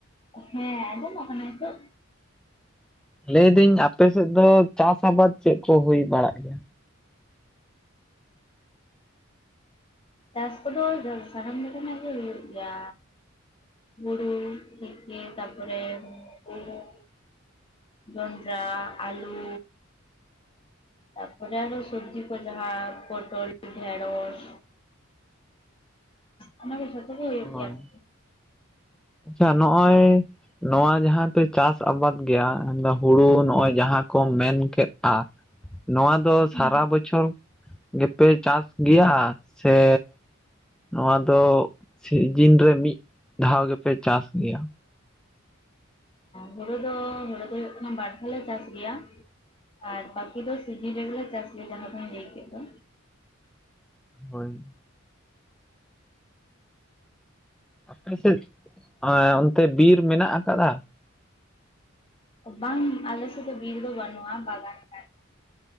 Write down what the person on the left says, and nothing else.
ᱦᱮᱸ ᱟᱸᱡᱚᱢᱚᱜ ᱠᱟᱱᱟ ᱱᱤᱛᱳᱜ᱾
ᱪᱟᱥ ᱠᱚᱫᱚ ᱥᱟᱱᱟᱢ ᱞᱮᱠᱟᱱᱟᱜ ᱜᱮ ᱦᱩᱭᱩᱜ ᱜᱮᱭᱟ᱾ ᱦᱩᱲᱩ ᱛᱷᱮᱠᱮ ᱛᱟᱯᱚᱨᱮ ᱜᱩᱦᱩᱢ, ᱡᱚᱸᱰᱨᱟ, ᱟᱞᱩ, ᱛᱟᱨᱯᱚᱨᱮ ᱟᱨᱚ ᱥᱚᱵᱽᱡᱤ ᱠᱚ ᱡᱟᱦᱟᱸ ᱯᱚᱴᱚᱞ, ᱰᱷᱮᱸᱲᱚᱥ᱾ ᱚᱱᱟ ᱠᱚ ᱡᱷᱚᱛᱚ ᱜᱮ ᱦᱩᱭᱩᱜ
ᱜᱮᱭᱟ ᱟᱨ ᱠᱤ᱾
ᱦᱩᱸ
ᱦᱩᱲᱩ ᱫᱚ ᱦᱩᱲᱩ ᱫᱚ ᱦᱩᱭᱩᱜ ᱠᱟᱱᱟ ᱵᱟᱨ ᱫᱷᱟᱣ ᱞᱮ ᱪᱟᱥ ᱜᱮᱭᱟ᱾ ᱟᱨ ᱵᱟᱠᱤ ᱫᱚ ᱥᱤᱡᱤᱱ ᱨᱮᱜᱮ ᱞᱮ ᱪᱟᱥ ᱜᱮᱭᱟ ᱡᱟᱦᱟᱸ ᱠᱚᱧ ᱞᱟᱹᱭ ᱠᱮᱫ ᱫᱚ᱾
ᱵᱟᱝ ᱟᱞᱮ ᱥᱮᱫ ᱫᱚ ᱵᱤᱨ ᱫᱚ ᱵᱟᱹᱱᱩᱜᱼᱟ ᱵᱟᱜᱟᱱ᱾ ᱠᱟᱱ